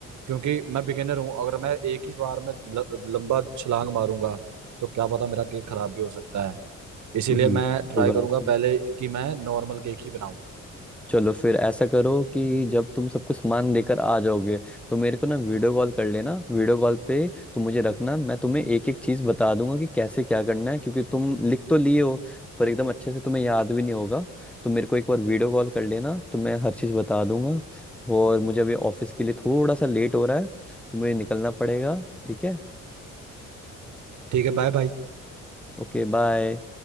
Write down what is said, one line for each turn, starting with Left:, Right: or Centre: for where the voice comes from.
Right: क्योंकि मैं बिगिनर हूँ अगर मैं एक ही बार में ल, लंबा छलांग मारूंगा तो क्या पता मेरा केक खराब भी हो सकता है इसीलिए
Centre: हम्म,
Right: मैं
Centre: कोई
Right: ट्राई
Centre: बात
Right: करूंगा
Centre: नहीं
Right: पहले कि मैं नॉर्मल केक ही बनाऊं
Centre: चलो फिर ऐसा करो कि जब तुम सब कुछ सामान लेकर आ जाओगे तो मेरे को ना वीडियो कॉल कर लेना वीडियो कॉल पे तुम मुझे रखना मैं तुम्हें एक एक चीज बता दूंगा कि कैसे क्या करना है क्योंकि तुम लिख तो लिए हो पर एकदम अच्छे से तुम्हें याद भी नहीं होगा तो मेरे को एक बार वीडियो कॉल कर लेना तो मैं हर चीज बता दूंगा और मुझे अभी ऑफिस के लिए थोड़ा सा लेट हो रहा है तो मुझे निकलना पड़ेगा ठीक है
Right: ठीक है बाय बाय
Centre: Okay bye